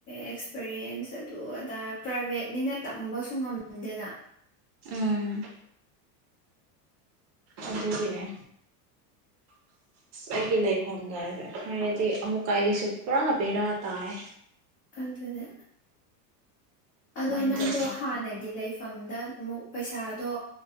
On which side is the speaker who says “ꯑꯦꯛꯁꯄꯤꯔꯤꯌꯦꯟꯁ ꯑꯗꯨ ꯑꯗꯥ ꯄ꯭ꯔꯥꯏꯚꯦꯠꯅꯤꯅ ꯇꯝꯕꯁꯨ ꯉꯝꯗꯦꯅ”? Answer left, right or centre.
Left